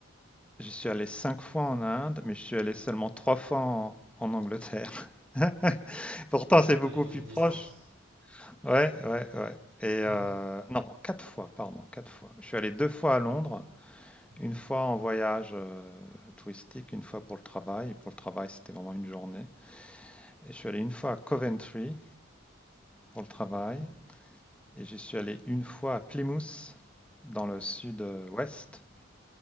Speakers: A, in the centre; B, on the right.
A: je suis allé 5 fois en Inde, mais je suis allé seulement 3 fois en, en Angleterre. <laughs> Pourtant,
B: Préfère
A: c'est beaucoup
B: les longues
A: plus
B: distances.
A: proche. Ouais, ouais, ouais. Et
B: <laughs>
A: euh, non, 4 fois, pardon, 4 fois. Je suis allé 2 fois à Londres,
B: Ok,
A: une fois en voyage euh, touristique, une fois pour le travail. Et pour le travail, c'était vraiment une journée. Et je suis allé une fois à Coventry pour le travail.
B: ok,
A: Et je suis allé une fois à Plymouth, dans le sud-ouest.